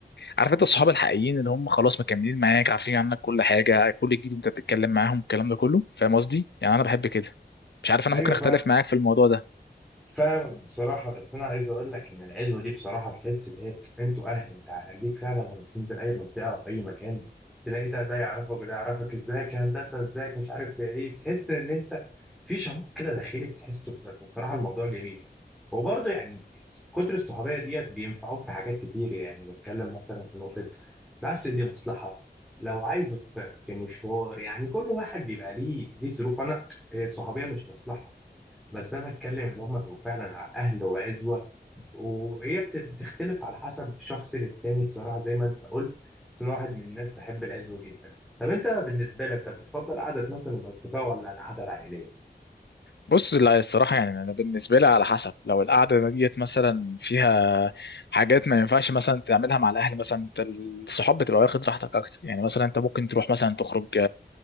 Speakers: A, on the left; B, in the centre.
A: عارف انت الصحاب الحقيقيين اللي هم خلاص مكملين معاك عارفين عنك كل حاجه كل جديد انت بتتكلم معاهم الكلام ده كله فاهم قصدي يعني انا بحب كده مش عارف انا
B: ايوه
A: ممكن اختلف معاك في الموضوع ده
B: فاهمك بصراحة بس أنا عايز أقول لك إن العزوة دي بصراحة بتحس إن إيه أنتوا أهل أنت هديك فعلا لما تنزل أي منطقة أو أي مكان تلاقي ده ده يعرفك وده يعرفك إزيك يا هندسة إزيك مش عارف يا إيه تحس إن أنت في شعور كده داخلي بتحسه بصراحة بصراحة الموضوع جميل وبرضه يعني كتر الصحوبية ديت بينفعوك في حاجات كتير يعني بتكلم مثلا في نقطة بس دي مصلحة لو عايزه في في مشوار يعني كل واحد بيبقى ليه ليه ظروف أنا هي الصحوبية مش مصلحة بس انا بتكلم اللي هم بيبقوا فعلا ع- اهل وعزوه وهي بت- بتختلف على حسب شخص للتاني بصراحه زي ما انت قلت بس انا واحد من الناس بحب العزوه جدا طب انت بالنسبه لك طب بتفضل قعده مثلا الاصدقاء ولا القعده العائليه
A: بص لا الصراحة يعني أنا بالنسبة لي على حسب لو القعدة ديت مثلا فيها حاجات ما ينفعش مثلا تعملها مع الأهل مثلا أنت الصحاب بتبقى واخد راحتك أكتر يعني مثلا أنت ممكن تروح مثلا تخرج